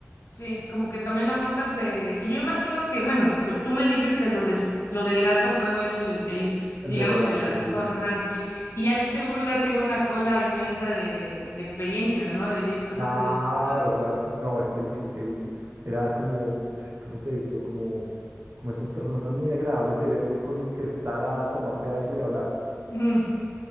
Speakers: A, on the left; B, on the right.
A: Sí, como que también lo cortas de... Y yo imagino que, bueno, lo- tú me dices que lo de su, lo del gato fue el, el,
B: el
A: digamos
B: detonante,
A: que la razón,
B: sí.
A: ajá, sí. Y ya seguro ya tenía una cola inmensa de, de experiencias, ¿no? De di- cosas
B: Claro,
A: que dices.
B: claro. No, es que él, él- él era como, ¿cómo te digo? Como, como esas personas muy agradables de ver y con los que estar a tomarse algo y hablar.
A: "Ujú,